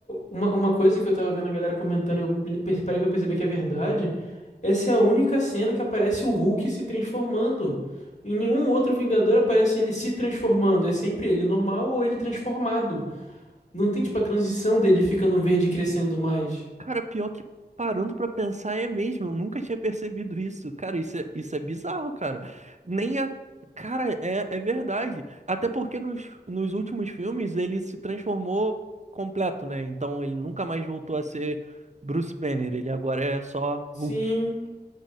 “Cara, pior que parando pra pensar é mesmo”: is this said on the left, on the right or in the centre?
Right